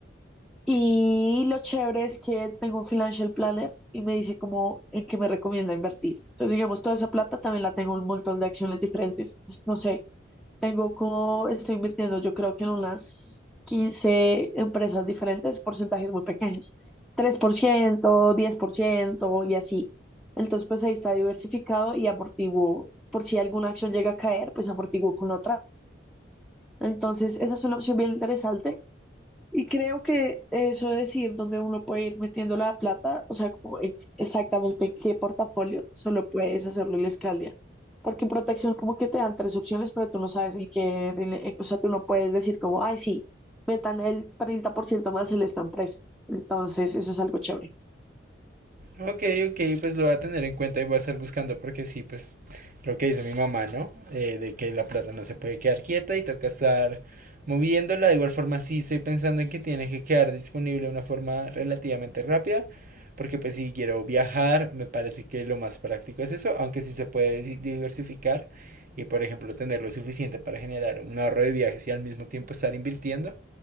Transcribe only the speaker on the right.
Ok, ok, pues lo voy a tener en cuenta y voy a estar buscando porque sí, pues lo que dice mi mamá, ¿no? Eh, de que la plata no se puede quedar quieta y toca estar moviéndola. De igual forma, sí estoy pensando en que tiene que quedar disponible de una forma relativamente rápida porque pues si quiero viajar, me parece que lo más práctico es eso, aunque sí se puede di- diversificar y por ejemplo tener lo suficiente para generar un ahorro de viajes y al mismo tiempo estar invirtiendo